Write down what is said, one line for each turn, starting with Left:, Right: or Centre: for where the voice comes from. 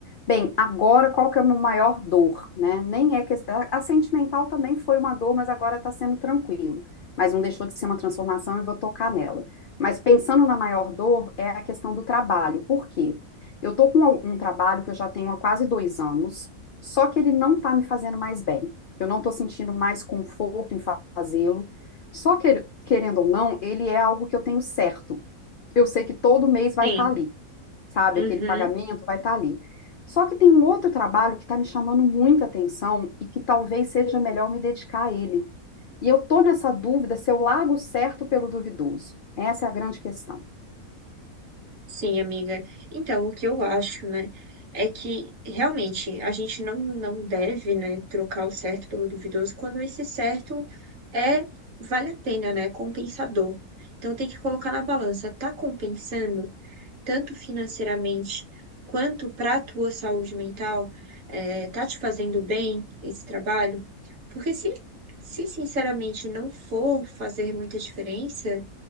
Left: Bem, agora qual que é a minha maior dor, né? Nem é que a a sentimental também foi uma dor, mas agora está sendo tranquilo. Mas não deixou de ser uma transformação, eu vou tocar nela. Mas pensando na maior dor, é a questão do trabalho. Por quê? Eu tô com um um trabalho que eu já tenho há quase dois anos, só que ele não está me fazendo mais bem. Eu não estou sentindo mais conforto em fazê-lo. Só que, querendo ou não, ele é algo que eu tenho certo. Eu sei que todo mês vai
Right: Sim.
Left: estar ali, sabe?
Right: Uhum.
Left: Aquele pagamento vai estar ali. Só que tem um outro trabalho que está me chamando muita atenção e que talvez seja melhor me dedicar a ele. E eu tô nessa dúvida se eu largo o certo pelo duvidoso. Essa é a grande questão.
Right: Sim, amiga. Então, o que eu acho, né, é que realmente a gente não, não deve, né, trocar o certo pelo duvidoso quando esse certo é vale a pena, né, compensador. Então, tem que colocar na balança, tá compensando tanto financeiramente quanto para a tua saúde mental, é, tá te fazendo bem esse trabalho? Porque se, se sinceramente não for fazer muita diferença,